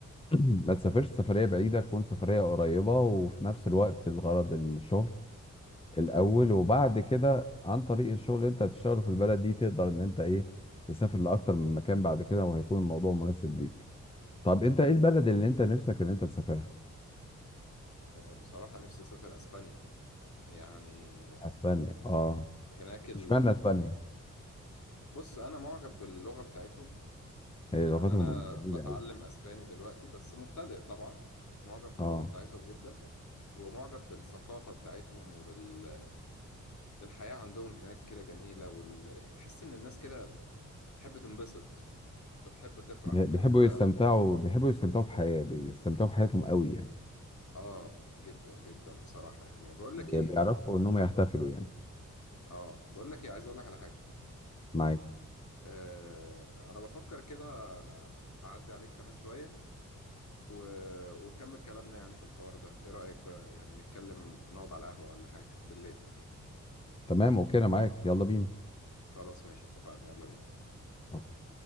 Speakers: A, on the left; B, on the left.
A: <clears throat> ما تسافرش سفرية بعيدة تكون سفرية قريبة وفي نفس الوقت الغرض الشغل الأول وبعد كده عن طريق الشغل اللي أنت هتشتغله في البلد دي تقدر إن أنت إيه تسافر لأكتر من مكان بعد كده وهيكون الموضوع مناسب ليك. طب أنت إيه البلد اللي أنت نفسك إن أنت تسافرها؟
B: آه، بصراحة نفسي أسافر أسبانيا يعني
A: أسبانيا آه
B: هناك ال...
A: إشمعنى أسبانيا؟
B: بص أنا معجب باللغة بتاعتهم
A: إيه،
B: يعني
A: لغتهم
B: أنا
A: جميلة
B: بتعلم
A: أوي
B: أسباني دلوقتي بس مبتدئ طبعا معجب باللغة
A: اه
B: بتاعتهم جدا ومعجب بالثقافة بتاعتهم وبال الحياة عندهم هناك كده جميلة وال... تحس إن الناس كده بتحب تنبسط بتحب تفرح
A: بي- بيحبوا
B: يعني أنت
A: يستمتعوا بيحبوا يستمتعوا بحياة بيستمتعوا بحياتهم أوي يعني
B: آه جدا جدا بصراحة يعني بقول
A: بي-
B: لك إيه
A: بيعرفوا إنهم يحتفلوا يعني
B: آه بقول لك إيه عايز أقول لك على حاجة
A: معاك
B: آه أنا بفكر كده أعدي عليك كمان شوية و... ونكمل كلامنا يعني في الحوار ده إيه رأيك بقى يعني نتكلم نقعد على القهوة ولا حاجة بالليل
A: تمام أوكي أنا معاك يلا بينا
B: خلاص ماشي اتفقنا يلا بينا
A: أوكي.